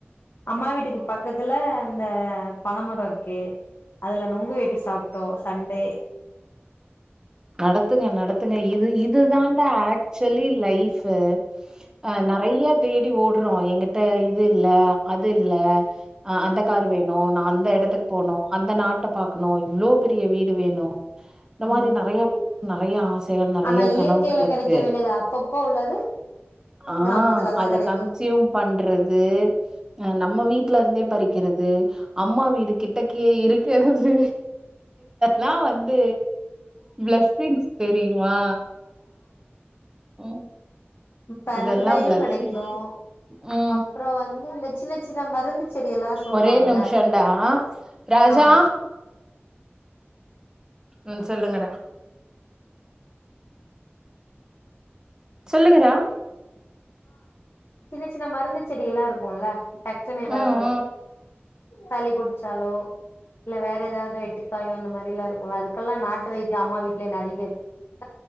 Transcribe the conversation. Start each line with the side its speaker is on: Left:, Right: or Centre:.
Left: அம்மா வீட்டுக்கு பக்கத்துல இந்த பனமரொ இருக்கு அதுல நுங்கு வெட்டி சாப்ட்டோ சண்டே
Right: நடத்துங்க நடத்துங்க இது இதுதான்டா ஆக்சுவலி லைஃப் அஹ் நெறைய பி ஓடுறோ எங்கட்ட இது இது இல்ல அது இல்ல அ அந்த கார் வேணு நா அந்த எடத்துக்கு போனு அந்த நாட்ட பாக்கணு இவ்வளோ பெரிய வீடு வேணு இந்த மாரி
Left: ம்
Right: நா நெறய ஆச நிறைய
Left: ஆனா இயற்கையில
Right: கனவுகள் இருக்கு
Left: கெடைக்க வேண்டியது அப்பப்போ உள்ளது
Right: ஆ
Left: கிராமத்துலதா
Right: அத
Left: கெடைக்கு
Right: கன்சூயும் பண்றது நம்ம வீட்டு ல இருந்தே பறிக்கிறது அம்மா வீடு கிட்ட க ஏ இருக்குது ல்லாம் வந்து பிளஸ்ஸிங்ஸ் தெரியுமா ம்
Left: பெரண்டையும்
Right: இதெல்லா பிளஸ்ஸிங்ஸ்
Left: கிடைக்கும்
Right: ம்
Left: அப்புறம் வந்து இந்த சின்ன சின்ன மருந்து செடி எல்லா சொல்லுவாங்கல்ல
Right: ஒரே நிமிஷடா ராஜா
Left: ஆ
Right: ம் சொல்லுங்கடா சொல்லுங்கா
Left: சின்ன சின்ன மருந்து செடி எல்லாம் இருக்கும்ல டக்குன்னு ஏதாவது
Right: ம்
Left: சளி புடிச்சாலோ இல்ல வேற ஏதாவது வெட்டிக்காயோ அந்த மாரி எல்லாம் இருக்கும் அதுக்கு மக்கல்லாம் நாட்டு வைத்தியம் அம்மா வீட்டுலய நிறைய <unintelligible>